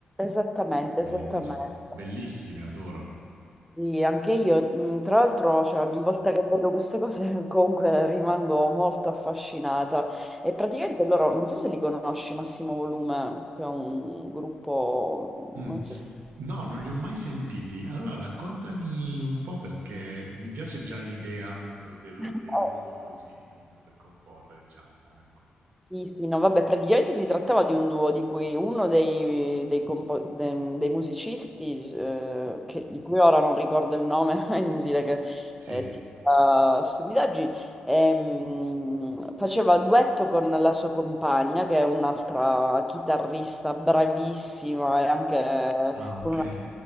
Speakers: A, in the centre; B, on the right.
A: Esattamente,
B: delle
A: esattamente.
B: musiche. Bellissime, adoro.
A: Sì, anche io, mm, tra l'altro, cioè, ogni volta che vedo queste cose <laughs> comunque rimango molto affascinata. E praticamente loro, non so se li conosci, Massimo Volume, che è un gruppo,
B: Mm.
A: non so se...
B: No, non li ho mai sentiti. Allora raccontami un po' perché mi piace già l'idea eh, del,
A: <laughs>
B: del modo in cui si utilizzano per comporre, diciamo, come... com-
A: Sì, sì, no, vabbè, praticamente si trattava di un duo di cui uno dei, dei compo- de- dei musicisti, eh, che- di cui ora non ricordo il nome, <laughs> è inutile che
B: Sì.
A: eh, ti dica stupidaggini, ehm, faceva duetto con la sua compagna, che è un'altra chitarrista bravissima e anche eh,
B: Ah, ok.
A: con una,